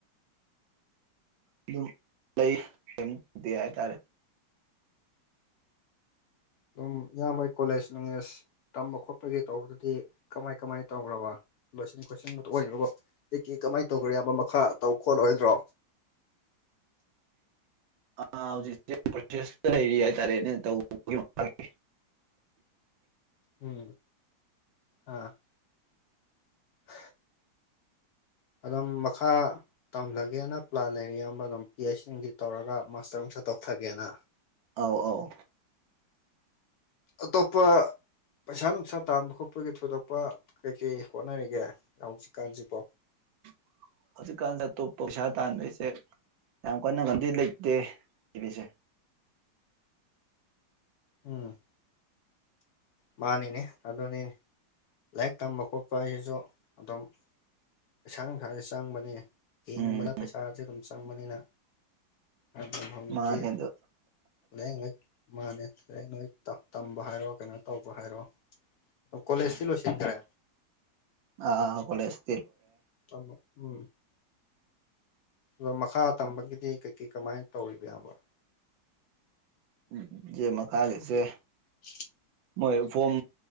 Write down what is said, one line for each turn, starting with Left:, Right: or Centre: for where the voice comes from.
Right: ꯑꯗꯨꯝ ꯂꯩ ꯀꯩꯗꯦ ꯍꯥꯏꯇꯥꯔꯦ
Left: ꯑꯗꯨꯝ ꯏꯌꯥꯝꯕꯩ ꯀꯣꯂꯦꯖ ꯣꯅꯦꯖ ꯇꯝꯕ ꯈꯣꯠꯄꯒꯤ ꯇꯧꯕꯗꯨꯗꯤ ꯀꯃꯥꯏ ꯀꯃꯥꯏꯅ ꯇꯧꯈ꯭ꯔꯕ ꯂꯣꯏꯁꯤꯟ ꯈꯣꯠꯁꯤꯟꯕꯗꯨꯣ ꯑꯣꯏꯈ꯭ꯔꯕ ꯀ ꯀꯦ ꯀꯃꯥꯏꯅ ꯇꯧꯈ꯭ꯔꯦ ꯌꯥꯕ ꯃꯈꯥ ꯇꯧ ꯈꯣꯠꯂꯣꯏꯗ꯭ꯔꯣ
Right: ꯑ ꯍꯧꯖꯤꯛ ꯄ꯭ꯔꯣꯁꯦꯁꯇ ꯂꯩꯔꯤ ꯍꯥꯏꯇꯥꯔꯦꯅꯦ ꯇꯧꯕꯒꯤ
Left: ꯎꯝ ꯑꯥ ꯍ ꯑꯗꯨꯝ ꯃꯈꯥ ꯇꯝꯖꯒꯦꯅ ꯄ꯭ꯂꯥꯟ ꯂꯩꯔꯤ ꯑꯌꯥꯝꯕ ꯑꯗꯨꯝ ꯄꯤ ꯑꯩꯆ ꯁꯤꯡꯁꯤ ꯇꯧꯔꯒ ꯃꯥꯁꯇꯔ ꯑꯃꯨꯛꯁ ꯇꯧꯊꯒꯦꯅ
Right: ꯑꯧ ꯑꯧ
Left: ꯑꯇꯣꯞꯄ ꯄꯩꯁꯥ ꯅꯨꯡꯁꯥ ꯇꯥꯟꯕ ꯈꯣꯠꯄꯒꯤ ꯊꯣꯏꯗꯣꯛꯄ ꯀꯩ ꯀꯩ ꯍꯣꯠꯅꯔꯤꯒꯦ ꯍꯧꯖꯤꯛꯀꯥꯟꯁꯤꯕꯣ
Right: <inaudible> ꯍꯧꯖꯤꯛꯀꯥꯟꯗ ꯑꯇꯣꯞꯄ ꯄꯩꯁꯥ ꯇꯥꯟꯕꯩꯁꯦ ꯌꯥꯝ ꯀꯟꯅ ꯀꯟꯗꯤ ꯂꯩꯇꯦ ꯂꯩꯔꯤꯁꯦ
Left: ꯎꯝ ꯃꯥꯅꯤꯅꯦ ꯑꯗꯨꯅꯤ ꯂꯥꯏꯔꯤꯛ ꯇꯝꯕ ꯈꯣꯠꯄ ꯍꯥꯏꯁꯤꯁꯨ ꯑꯗꯨꯝ ꯄꯩꯁꯥ ꯅꯨꯡꯁꯥꯥꯁꯦ ꯆꯪꯕꯅꯤ ꯍꯤꯡꯕꯗ
Right: ꯎꯝ
Left: ꯄꯩꯁꯥꯁꯦ ꯑꯗꯨꯝ ꯆꯪꯕꯅꯤꯅ ꯑꯗꯨ ꯍꯧꯗꯤ
Right: ꯃꯥꯅꯦ ꯑꯗꯣ
Left: ꯂꯥꯏꯌꯦꯡ ꯂꯛ ꯃꯥꯅꯦ ꯂꯥꯏꯌꯦꯡ ꯂ ꯇꯝꯕ ꯍꯥꯏꯔꯣ ꯀꯩꯅꯣ ꯇꯧꯕ ꯍꯥꯏꯔꯣꯑꯣ ꯑ ꯀꯣꯂꯦꯖꯇꯤ ꯂꯣꯏꯁꯤꯟꯈ꯭ꯔꯦ
Right: ꯑ ꯀꯣꯂꯦꯁ
Left: ꯑꯃ ꯎꯝ ꯑꯗꯣ ꯃꯈꯥ ꯇꯝꯕꯒꯤꯗꯤ ꯀꯩꯀꯩ ꯀꯃꯥꯏꯅ ꯇꯧꯔꯤꯕ ꯌꯥꯕꯣ
Right: ꯎꯝ ꯃꯀꯥꯟꯒꯤꯁꯦ
Left: <inaudible>
Right: ꯃꯣꯏ ꯐꯣꯝ